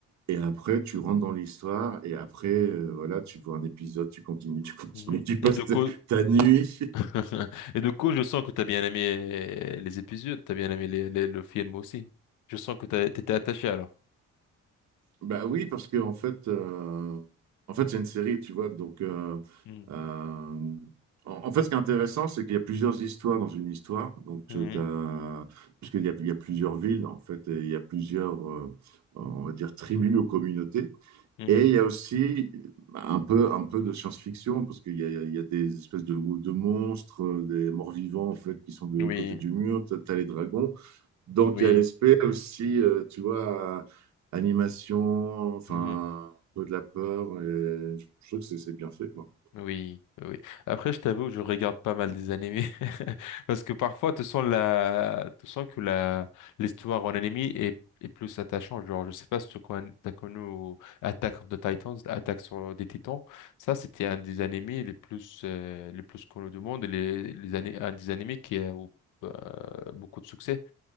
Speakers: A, on the right; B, on the left.
A: Et après, tu rentres dans l'histoire. Et après, euh, voilà, tu vois un épisode, tu continues, tu continues,
B: Mhm.
A: tu passes
B: Et du
A: ta
B: coup,
A: ta nuit.
B: <laughs> et du coup, je sens que t'as bien aimé les épisodes, t'as bien aimé les, les- le film aussi. Je sens que t'as- t'étais attaché alors.
A: Bah oui, parce que en fait, euh, en fait, c'est une série, tu vois. Donc, euh,
B: Mhm.
A: euh, en, en fait, ce qui est intéressant, c'est qu'il y a plusieurs histoires dans une histoire. Donc, tu
B: Mhm.
A: as, puisqu'il y a, il y a plusieurs villes, en fait, et il y a plusieurs, euh, on va dire, tribus ou communautés.
B: Mhm.
A: Et il y a aussi bah, un peu, un peu de science-fiction, parce qu'il y a, il y a des espèces de, de monstres, euh, des morts-vivants, en fait, qui sont de l'autre
B: Oui.
A: côté du mur. Tu as, les dragons. Donc,
B: Oui,
A: il y a l'aspect aussi, euh, tu vois, euh, animation, enfin,
B: mhm,
A: un peu de la peur. Et je je trouve que c'est c'est bien fait, quoi.
B: oui, oui. Après, je t'avoue, je regarde pas mal des animés <laughs> parce que parfois, tu sens la, tu sens que la l'histoire en anime est est plus attachante. Genre, je sais pas si tu connais, t'as connu Attack of the Titans, Attaque sur des Titans. Ça, c'était un des animés les plus euh, les plus connus du monde, les les ani- un des animés qui a eu, euh, beaucoup de succès.